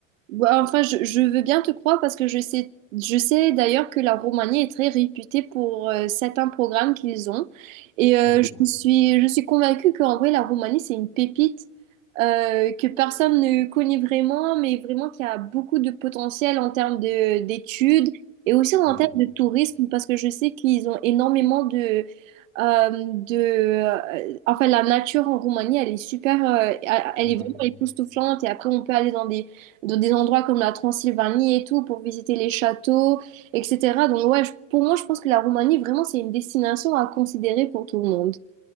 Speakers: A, on the right; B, on the left.
A: Bah, Enfin, je, je veux bien te croire parce que je sais, je sais d'ailleurs que la Roumanie est très réputée pour euh, certains programmes qu'ils ont. Et euh,
B: Oui,
A: je suis, je suis convaincue qu'en vrai, la Roumanie, c'est une pépite euh, que personne ne connaît vraiment, mais vraiment qui a beaucoup de potentiel en termes de, d'études et aussi en
B: oui,
A: termes de tourisme parce que je sais qu'ils ont énormément de... euh, de euh, enfin, la nature en Roumanie, elle est super, euh, elle
B: oui,
A: est vraiment époustouflante et après, on peut aller dans des dans des endroits comme la Transylvanie et tout, pour visiter les châteaux, etc. Donc ouais, je- pour moi, je pense que la Roumanie, vraiment, c'est une destination à considérer pour tout le monde.